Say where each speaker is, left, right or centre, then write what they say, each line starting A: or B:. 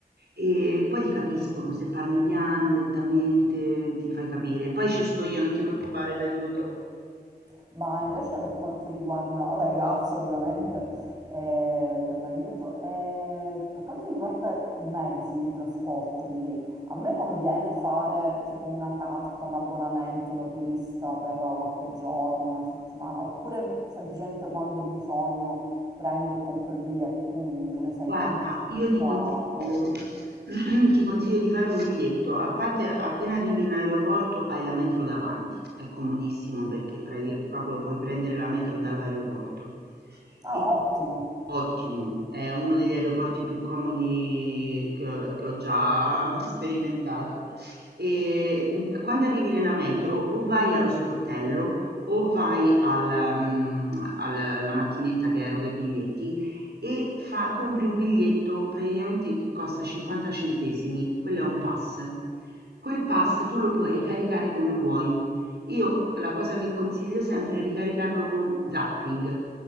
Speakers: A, on the right; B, on the right.
A: E poi ti capiscono, se parli piano, lentamente, ti fai capire. Poi ci sto io, non ti preoccupare, ti aiuto.
B: Ma invece per quanto riguarda, vabbè, grazie ovviamente eh, per l'aiuto, Eh, per quanto riguarda i mezzi di trasporto lì, a me conviene fare tipo una carta, un abbonamento da turista per qualche giorno, una settimana, oppure semplicemente quando ho bisogno prendo e compro il biglietto, tu ne sai
A: Guarda,
B: niente su
A: io
B: questa
A: ti consiglio,
B: cosa.
A: <clears throat> ti consiglio di fare un biglietto, a parte appena arrivi in aeroporto hai la metro davanti, è comodissimo perché pre- proprio puoi prendere la metro dall'aeroporto.
B: Ah,
A: E-
B: ottimo.
A: Ottimo, è uno degli aeroporti più comodi che ho, che ho già <laughs> sperimentato. E mh, quando arrivi nella metro o vai allo sportello o vai al, mm, al- alla macchinetta che eroga i biglietti e fa- compri un biglietto praticamente che costa 50 centesimi, quello è un pass. Quel pass tu lo puoi ricaricare come vuoi. Io la cosa che consiglio sempre è ricaricarlo con zapping.